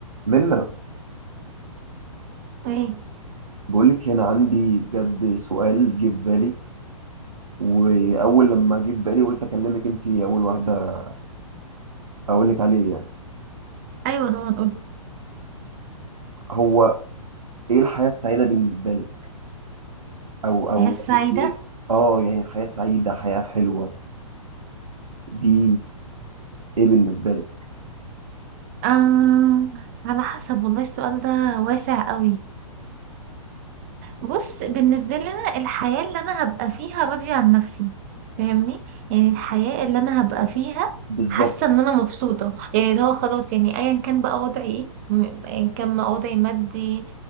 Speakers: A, on the right (about 75°); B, on the right (about 25°).
A: منا
B: ايه
A: بقول لك هنا عندي بجد سؤال جه في بالي واول لما جه في بالي قلت اكلمك انت اول واحده اقول لك عليه يعني
B: ايوه طبعا قولي
A: هو ايه الحياه السعيده بالنسبه لك او او
B: الحياة السعيدة
A: يعني ايه اه يعني حياه سعيده حياه حلوه دي ايه بالنسبه لك
B: آه على حسب والله السؤال ده واسع قوي بص بالنسبة لي انا الحياة اللي انا هبقى فيها راضية عن نفسي فاهمني يعني الحياة اللي انا هبقى فيها
A: بالظبط
B: حاسة ان انا مبسوطة يعني اللي هو خلاص يعني ايا كان بقى وضعي ايه م- ايا كان ما وضعي مادي